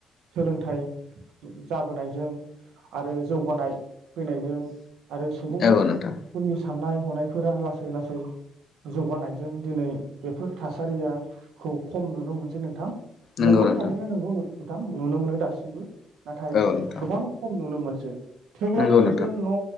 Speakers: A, on the right; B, on the left.
A: सोलोंथाइ जाबोनायजों आरो जौगानाय फैनायजों आरो सुबुंफोरनि
B: औ नोंथां
A: साननाय हनायफोरा लासै लासै जौगानायजों दिनै बेफोर थासारियाखौ खम नुनो मोनसै नोंथां।
B: नंगौ
A: नोंगौ
B: नोंथां
A: थारैनो नोंगौ नोंथां नुनो मोनो दासिमबो। नाथाय
B: औ नोंथां
A: गोबां खम नुनो मोन थेवब्लाबो
B: नंगौ नोंथां
A: बेफोर न'